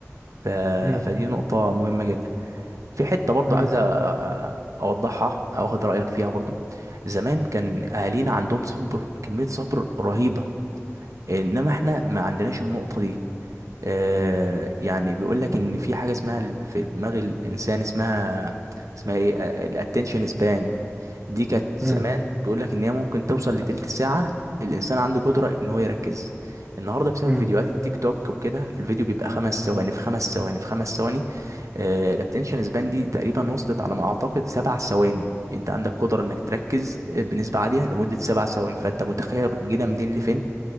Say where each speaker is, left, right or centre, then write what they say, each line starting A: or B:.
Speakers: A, on the right; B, on the right.
A: ف...
B: مم،
A: فدي نقطة مهمة جدا في حتة برضو
B: مم،
A: عايز أ- أ- أوضحها أو أخد رأيك فيها برضو زمان كان أهالينا عندهم صبر كمية صبر رهيبة إنما إحنا ما عندناش النقطة دي آه يعني بيقول لك إن في حاجة اسمها ال- في دماغ الإنسان اسمها اسمها إيه الاتنشن سبان دي كانت
B: مم،
A: زمان بيقول لك ان هي ممكن توصل لتلت ساعة الانسان عنده قدرة ان هو يركز النهارده بسبب
B: مم.
A: فيديوهات التيك توك وكده الفيديو بيبقى خمس ثواني في خمس ثواني في خمس ثواني الاتنشن سبان دي تقريبا وصلت على ما اعتقد سبع ثواني انت عندك قدرة انك تركز آه، بنسبة عالية لمدة سبع ثواني فانت متخيل جينا منين لفين